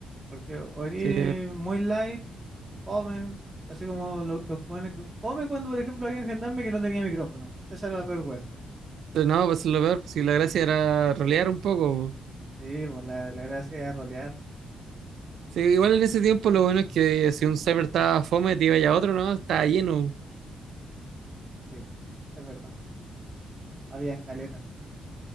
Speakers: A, on the right (about 15°); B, on the right (about 70°).
A: Porque o eres
B: Sí,
A: muy light, fome, así como lo, lo bueno que- Fome cuando, por ejemplo, había un gendarme que no tenía micrófono. Esa era la peor wea.
B: pero no, pues lo peor, si la gracia era rolear un poco,
A: Sí, pues la, la gracia era rolear.
B: Sí, igual en ese tiempo lo bueno es que si un server estaba fome, te iba ya a otro, ¿no? Estaba lleno.
A: Sí, es verdad. Había caleta.